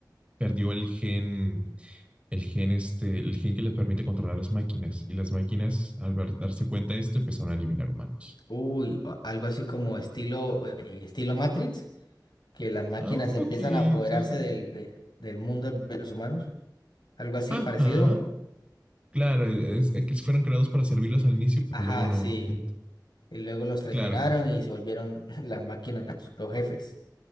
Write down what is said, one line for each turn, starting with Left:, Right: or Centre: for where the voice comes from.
Right: perdió el gen, el gen este, el gen que les permite controlar las máquinas. Y las máquinas, al ver- darse cuenta de esto, empezaron a eliminar humanos.
Left: Uy, a- algo así como estilo, eh, estilo Matrix, que las máquinas
Right: Ah, un poquito.
Left: empiezan a apoderarse del, de- del mundo de los humanos. Algo así
Right: Ajá.
Left: parecido.
Right: Claro, es, es que fueron creados para servirlos al inicio, pero
Left: Ajá,
Right: luego no.
Left: sí.
Right: Ent-
Left: Y luego los traicionaron
Right: Claro.
Left: y se volvieron <laughs> las máquinas, los jefes.